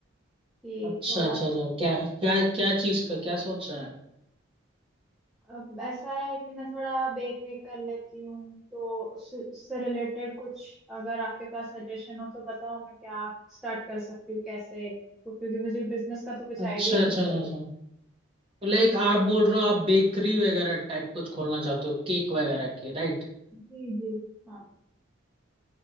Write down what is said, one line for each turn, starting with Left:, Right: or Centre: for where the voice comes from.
Centre: कि
Right: अच्छा
Centre: थोड़ा
Right: अच्छा अच्छा क्या क्या क्या चीज का क्या सोचा है
Centre: अब ऐसा है कि मैं थोड़ा देख रेख कर लेती हूँ तो उससे उससे रिलेटेड कुछ अगर आपके पास सजेशन हो तो बताओ मैं क्या स्टार्ट कर सकती हूँ कैसे तो क्योंकि मुझे बिजनेस का तो कुछ
Right: अच्छा
Centre: आइडिया नहीं
Right: अच्छा
Centre: है
Right: अच्छा अच्छा तो लाइक आप बोल रहे हो आप बेकरी वगैरह टाइप कुछ खोलना चाहते हो केक वगैरह की राइट
Centre: जी जी हाँ